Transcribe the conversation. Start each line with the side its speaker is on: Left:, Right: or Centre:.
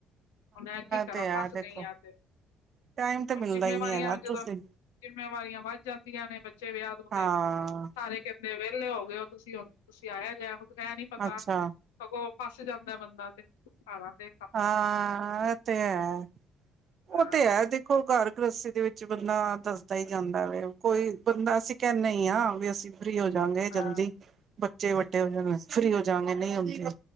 Left: ਮੈਂ ਕੀ ਕਰਾਂ?
Right: ਤੇ ਹੈ
Left: ਫਸ
Right: ਦੇਖੋ
Left: ਗਈ ਆ ਐ ਤੇ।
Right: ਟਾਈਮ ਤੇ
Left: ਹੁਨ
Right: ਮਿਲਦਾ
Left: ਜਿੰਮੇਵਾਰੀਆਂ
Right: ਹੀ ਨਹੀਂ ਹੈਗਾ
Left: ਵੀ ਜਦੋਂ
Right: ਤੁਸੀਂ
Left: ਜਿੰਮੇਵਾਰੀਆਂ ਵੱਧ ਜਾਂਦੀਆਂ ਨੇ ਬੱਚੇ ਵਿਆਹ ਵੁਅਹ
Right: ਹਾਂ
Left: ਕੇ ਸਾਰੇ ਵਿਹਲੇ ਹੋ ਗਏ ਹੋ ਤੁਸੀਂ, ਤੁਸੀਂ ਆਇਆ ਜਾਇ ਹੁਣ ਐ ਨੀ ਪਤਾ
Right: ਅੱਛਾ
Left: ਸਗੋਂ ਫਸ ਜਾਂਦਾ ਬੰਦਾ ਤੇ ਸਾਰਾ ਦਿਨ
Right: ਹਾਂ ਏ ਤੇ ਹੈ। ਓ
Left: ਹਾਂ
Right: ਤੇ ਹੈ ਦੇਖੋ ਘਰ ਗ੍ਰੇਸਤੀ ਦੇ ਵਿੱਚ ਬੰਦਾ ਧਸਦਾ ਈ ਜਾਂਦਾ ਵ। ਕੋਈ ਬੰਦਾ ਅਸੀਂ ਕਹਿੰਨੇ ਈ ਆ ਵੀ ਅਸੀਂ ਫਰੀ ਹੋਜਾਗੇ
Left: ਹਾਂ
Right: ਜਲਦੀ ਬੱਚੇ ਵੱਡੇ ਹੋ ਜਾਣ ਫਰੀ ਹੋਜਾ ਗੇ ਨਈ ਹੁੰਦੇ।